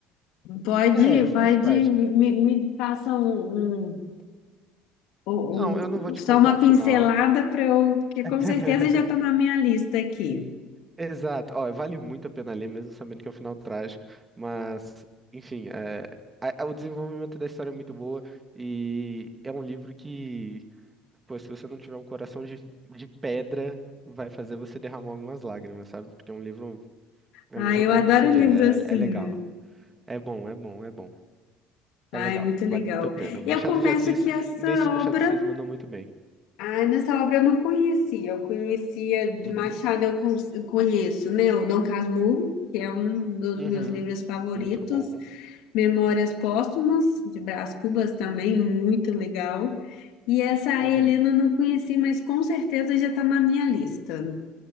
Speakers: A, on the left; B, on the right.
A: Pode,
B: É, faz
A: pode,
B: parte.
A: me, me passa um, um- um-
B: Não, eu não vou
A: um,
B: te
A: só
B: contar
A: uma
B: o
A: pincelada
B: final.
A: para eu, porque com
B: <laughs>
A: certeza já está na minha lista aqui.
B: Exato. Ó, vale muito a pena ler, mesmo sabendo que é um final trágico, mas, enfim, é, a- a- o desenvolvimento da história é muito boa e é um livro que, pô, se você não tiver um coração de, de pedra, vai fazer você derramar algumas lágrimas, sabe? Porque é um livro, é
A: Ah,
B: um livro
A: eu
B: bom
A: adoro
B: de se ler,
A: livro assim.
B: é, é legal. É bom, é bom, é bom.
A: Ai,
B: É legal,
A: muito legal.
B: vale muito a pena. Machado
A: Eu confesso
B: de Assis,
A: que essa
B: nesse Machado
A: obra
B: de Assis mandou muito bem.
A: Ai, nessa obra eu não conhecia. Eu conhecia de
B: Uhum,
A: Machado, eu con- eu conheço, né? O Dom Casmurro, que é um dos
B: uhum,
A: meus livros favoritos.
B: muito bom.
A: Memórias Póstumas, de Brás Cubas também, muito legal. E essa a
B: Uhum.
A: Helena eu não conheci, mas com certeza já está na minha lista.